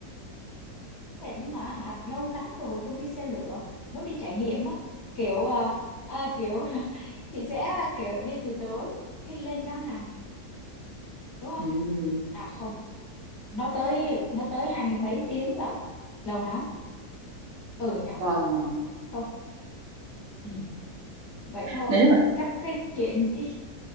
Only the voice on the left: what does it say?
mệt nhưng mà hả lâu lắm rồi không đi xe lửa muốn đi trải nghiệm á kiểu à, à, kiểu <laughs> chị sẽ kiểu đi từ tối khi lên đó nằm đúng không
à không nó tới nó tới hai mươi mấy tiếng là lâu lắm ừ nhỉ
không ừ. vậy thôi
chắc cái chuyện cái